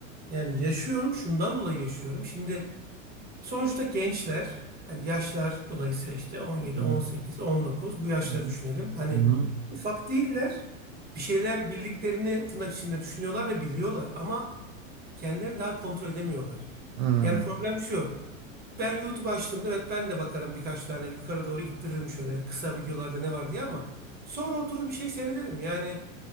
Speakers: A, on the right; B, on the right.
A: yani yaşıyorum şundan dolayı yaşıyorum. Şimdi Sonuçta gençler hani yaşlar dolayısıyla işte 17,
B: Hı
A: 18, 19 bu yaşları
B: hı.
A: düşünelim. Hani
B: Hı hı.
A: ufak değiller. Bir şeyler bildiklerini tırnak içinde düşünüyorlar ve biliyorlar ama kendilerini daha kontrol edemiyorlar.
B: Hı hı.
A: Yani problem şu. Ben YouTube açtığımda evet ben de bakarım birkaç tane yukarı doğru ittiririm şöyle kısa videolarda ne var diye ama sonra oturur bir şey seyrederim. Yani